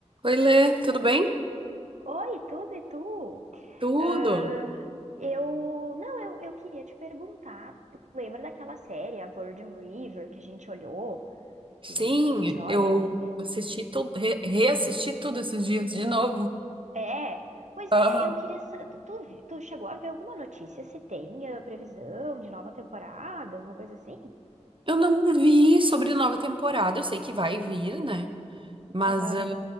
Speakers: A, on the right; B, on the right.
A: Oi, Lê, tudo bem?
B: Oi, tudo e tu?
A: Tudo.
B: Ah, eu. Não, eu, eu queria te perguntar. Lembra daquela série, a Virgin River, que a gente olhou?
A: Sim,
B: Que a gente olha,
A: eu
B: né?
A: assisti tudo, re- reassisti tudo esses dias de novo.
B: É. Pois
A: Aham.
B: é, eu queria. sa- Tu, tu, vi- tu chegou a ver alguma notícia se tem ah, previsão de nova temporada, alguma coisa assim?
A: Eu não vi sobre nova temporada, eu sei que vai vir, né? Mas
B: Aham,
A: ah,